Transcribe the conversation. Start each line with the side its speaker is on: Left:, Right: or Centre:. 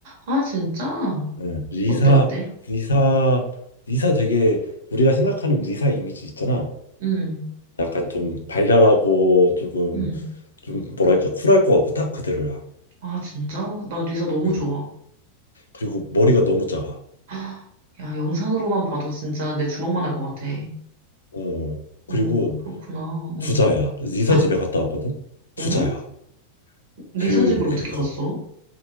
Right: 아, 진짜?
Left: 네. 리사
Right: 어때, 어때?
Left: 리사 리사 되게 우리가 생각하는 리사 이미지 있잖아.
Right: 음,
Left: 약간 좀 발랄하고 조금
Right: 음.
Left: 좀 뭐랄까 쿨할 것 같고 딱 그대로야.
Right: 아, 진짜? 나 리사 너무
Left: 응.
Right: 좋아.
Left: 그리고 머리가 너무 작아.
Right: <gasps> 아, 야, 영상으로만 봐도 진짜 내 주먹만 할 것 같아.
Left: 어,
Right: 어,
Left: 그리고
Right: 그렇구나. 어.
Left: 부자야. 리사
Right: 아,
Left: 집에 갔다 왔거든? 부자야.
Right: 어? 리사
Left: 그,
Right: 집을 어떻게
Left: 그, 거,
Right: 갔어?